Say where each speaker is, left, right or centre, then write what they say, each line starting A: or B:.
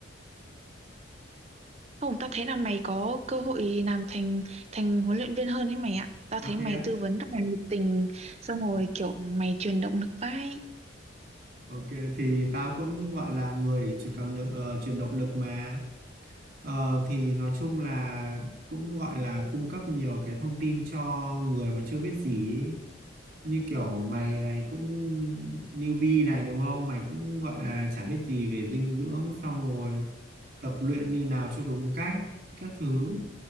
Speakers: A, on the right; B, on the right.
A: Không, tao thấy là mày có cơ hội làm thành thành huấn luyện viên hơn ấy mày ạ. Tao
B: à
A: thấy
B: thế
A: mày
B: á
A: tư vấn rất là nhiệt tình xong rồi kiểu mày truyền động lực vai.
B: ok thì tao cũng gọi là người để truyền cảm lực ờ, truyền động lực mà Ờ, thì nói chung là cũng gọi là cung cấp nhiều cái thông tin cho người mà chưa biết gì ý. như kiểu mày này cũng newbie này đúng không mày cũng gọi là chả biết gì về dinh dưỡng xong rồi tập luyện như nào cho đúng cách các thứ